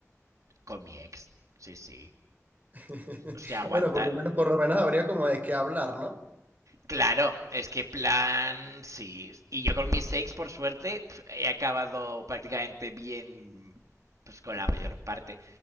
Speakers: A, on the right (about 80°); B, on the right (about 35°).
A: con mi ex. Sí, sí.
B: <laughs>
A: O sea, aguantar.
B: Bueno, por lo menos, por lo menos habría como de qué hablar, ¿no?
A: Claro, es que plan, sí. Y yo con mis sex, por suerte, pf, he acabado prácticamente bien, pues con la mayor parte.